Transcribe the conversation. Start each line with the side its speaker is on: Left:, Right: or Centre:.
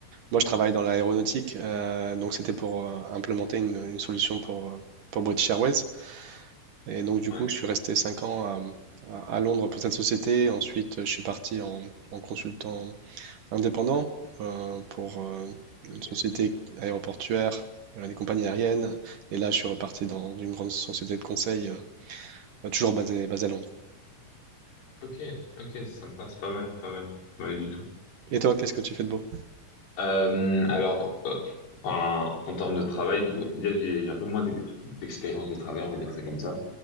Right: moi,
Left: Ok.
Right: je travaille dans l'aéronautique, euh, donc c'était pour euh, implémenter une, une solution pour, euh, pour British Airways. Et donc, du
Left: Ouais.
Right: coup, je suis resté 5 ans à, à- à Londres pour cette société. Ensuite, je suis parti en, en consultant indépendant euh, pour euh,
Left: Ok.
Right: une société aéroportuaire, euh, des compagnies aériennes. Et là, je suis reparti dans une grande société de conseil, euh, bah, toujours basée, basée à Londres.
Left: Ok. Ok. Sympa. C'est pas mal. Pas mal. Pas mal du tout.
Right: Et toi, qu'est-ce que tu fais de beau?
Left: Euh, alors, euh, en, en termes de travail, du coup, déjà, j'ai j'ai un peu moins d'ex- d'expérience de travail, on va dire ça comme ça.